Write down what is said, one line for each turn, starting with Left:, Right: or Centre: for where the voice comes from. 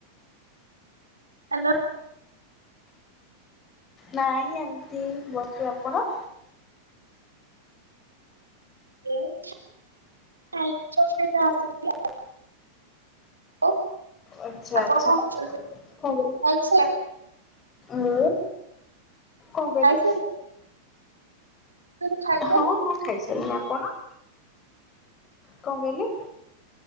Right: ହ୍ୟାଲୋ।
Left: ନାଇଁ ଏମିତି ବସିଚି ଆପଣ?
Right: <unintelligible> ଆଉ
Left: ଆଛା
Right: ଆପଣ
Left: ଆଚ୍ଛା କଣ
Right: କରୁଛନ୍ତି?
Left: କହିଲେ
Right: ଖାଇସାରିଲେଣି
Left: ମୁଁ କଣ କହିଲେ
Right: ଖାଇସାରିଲେଣି ମୁଁ କହିଲି ଖାଇସାରିଲେଣି
Left: ହଁ ହଁ ଖାଇସାରିଲେଣି ଆପଣ? କଣ କହିଲେ?